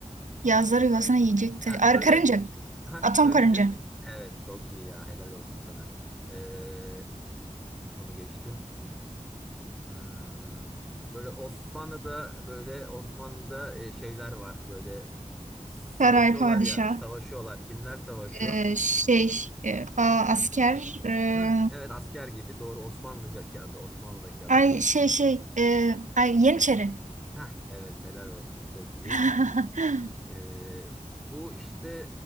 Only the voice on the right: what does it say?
Yazları
yuvasına yiyecek. taşı-
Ar
karınca.
Atom
karınca.
Saray padişah.
Ee, şey. e, a, asker. Ee,
ay
şey şey. e, ay yeniçeri.
<laughs>